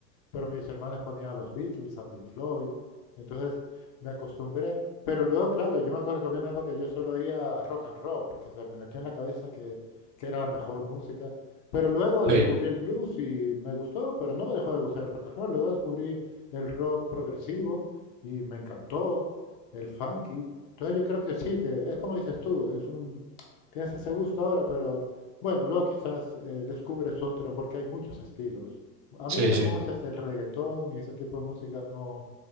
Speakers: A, on the left; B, on the right.
A: pero mis hermanas ponían a los Beatles, a Pink Floyd, y entonces me acostumbré, pero luego, claro, yo me acuerdo que había una época que yo solo oía rock and roll, porque se me metió en la cabeza que, que era la mejor música, pero luego
B: sí,
A: descubrí el blues y me gustó, pero no me dejó de gustar el rock and roll, luego descubrí el rock progresivo y me encantó, el funky, entonces yo creo que sí, que es como dices tú, es un, tienes ese gusto ahora, pero bueno, luego quizás eh, descubres otro, porque hay muchos estilos a
B: sí,
A: mí lo que
B: sí.
A: no me gusta es el reggaetón y ese tipo de música, no,